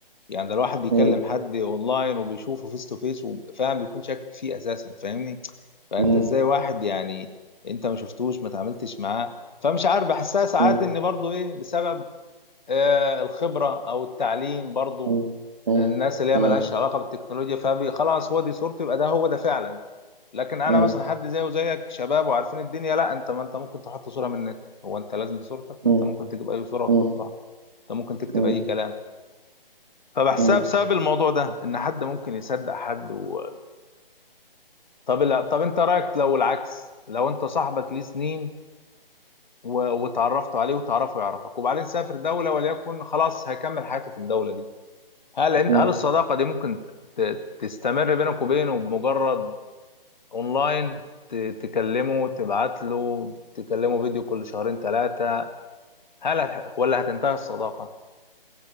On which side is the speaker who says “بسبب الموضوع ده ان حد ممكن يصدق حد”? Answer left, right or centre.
Left